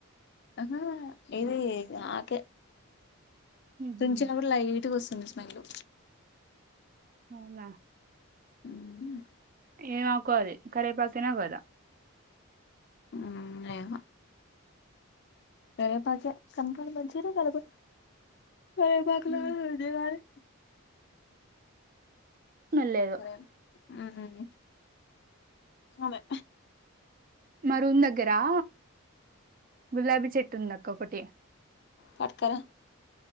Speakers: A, on the left (about 50°); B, on the right (about 40°).
A: అహా ఇది నాకే
B: ఉహు
A: తుంచినపుడు లైట్ గొస్ వుంది స్మెల్లు
B: అవునా
A: హ్మ్
B: ఏమాకో అది కరివేపాకేనా కాదా
A: మ్మ్ ఏమో కరివేపాకే <unintelligible> కరివేపాక్
B: ఉమ్
A: లాగుంది మరి
B: స్మెల్ లేదు
A: కరే మ్మ్ హ్మ్ అదే
B: మరూమ్ దగ్గరా గులాబీ చెట్టు ఉందక్క ఒకటి
A: పట్క రా